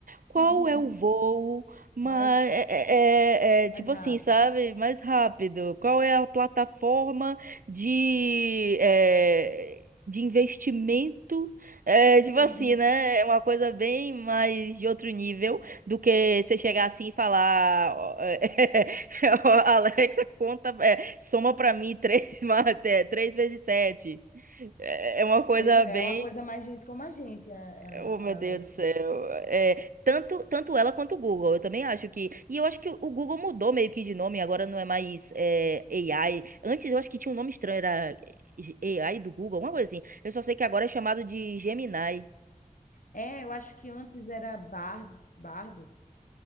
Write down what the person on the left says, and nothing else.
<laughs>
mais,
mais
rápido.
<laughs>
Pois é,
é uma coisa mais gente como a gente, a,
a a Alexa.
É, eu acho que antes era Bar, Bardo,